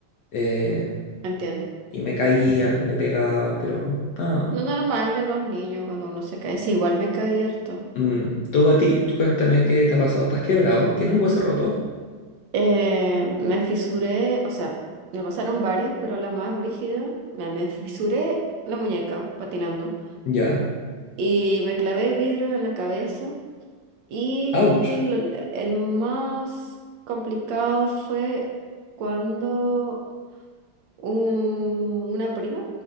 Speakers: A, on the left; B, on the right.
A: eh,
B: Entiendo.
A: y me caía, me pegaba, pero no.
B: Lo normal de los niños cuando uno se cae. Sí, igual me caí harto.
A: Mm, Tú a ti, tú cuéntame qué te ha pasado. ¿Estás quebrado? ¿Tienes un hueso roto?
B: Eh, me fisuré, o sea, me pasaron varias, pero la más brígida, me, me fisuré la muñeca patinando
A: Ya.
B: y me clavé vidrios en la cabeza y
A: Ouch.
B: lo- el más complicado fue cuando un- una prima